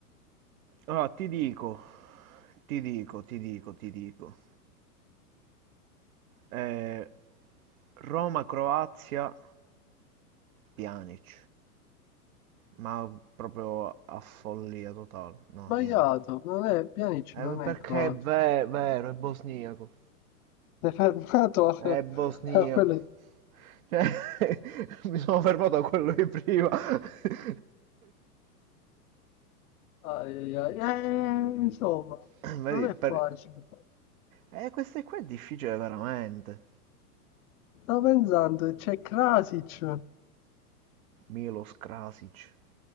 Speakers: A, on the right; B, on the left.
A: Allora, ti dico, ti dico, ti dico, ti dico. Eh, Roma-Croazia, Pjanic. Ma proprio a follia totale. No,
B: Sbagliato,
A: niente.
B: non è, Pjanic
A: Eh,
B: non
A: perché
B: è croato.
A: è ve- vero, è bosniaco.
B: Si è fermato a,
A: È bosniaco.
B: a quelle...
A: Cioè, <laughs> mi sono fermato a quello di prima. <laughs>
B: Ai, ai, ai. Eh, insomma,
A: Vedi,
B: non è
A: per...
B: facile.
A: Eh, questo qua è difficile veramente.
B: Stavo pensando, c'è Krasic,
A: Milos Krasic.